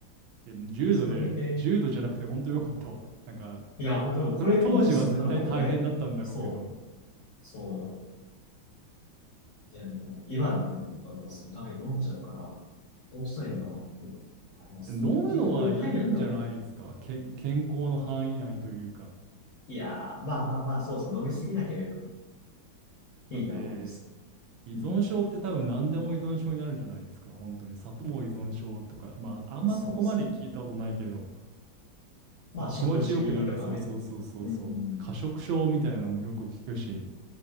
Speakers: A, on the right; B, on the left.
A: いや、重度で、
B: それを見て、
A: 重度じゃなくて本当よかったわ。なんか、
B: いや、本当でもこれもっと進んだらもっとね、
A: その当時は絶対大変だったんだろうけど、
B: そう、そう、いや、でも、今でもね、僕はだからそういうカフェイン飲んじゃうから、どうしたらいいのかなっていうのはあります。
A: 飲むのはいいんじゃないですか、
B: 結局、体力がね、
A: け、健康の範囲内というか。
B: いやー、まあまあまあ、そうですね。飲みすぎなければね、
A: だって、
B: いいと思います。
A: 依存症って多分何でも依存症になるんじゃないですか、
B: うん。
A: 本当に。砂糖依存症とか、まあ、あんまそこまで聞いたことないけど。
B: そうですね。まあ、
A: まあ気持ちよくなれる。
B: 食事とかね。
A: そうそうそうそうそう。
B: うん。
A: 過食症みたいなのもよく聞くし、